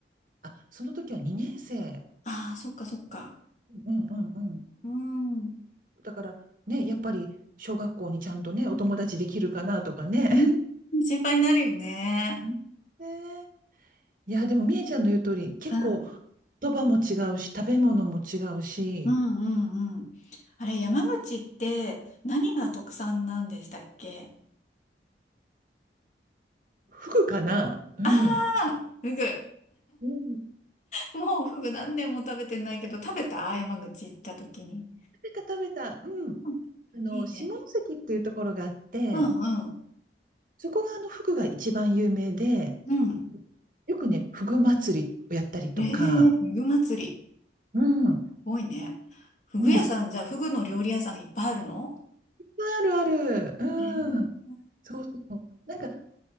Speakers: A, on the right; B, on the left.
A: あ、その時は2年生。
B: ああ、そっかそっか。
A: うんうんうん。
B: うん。うん
A: だから、ね、やっぱり、小学校にちゃんとね、お友達できるかなとかね。
B: うん心配になるよね。
A: <laughs> ねえいや、でも、みえちゃんの言う通り、結構、
B: うん。
A: 言葉も違うし、食べ物も違うし、
B: うんうんうん。あれ、山口って何が特産なんでしたっけ
A: フグかなうん。
B: ああー、フグ。
A: うん。
B: もうフグ何年も食べてないけど、食べた山口行った時に。
A: 食べた食べた。うん。
B: うんいいね。
A: あの、下関っていうところがあって、
B: うんうん。
A: そこがあの、フグが一番有名で、
B: うん。
A: よくね、フグ祭りをやったりとか、
B: ええー、ふぐ祭り。
A: うん、う
B: 多いね。ふぐ屋さん、
A: ん、
B: じゃあ、ふぐの料理屋さんいっぱいあるの
A: あるある、うん、
B: ええ
A: そうそう。なんか、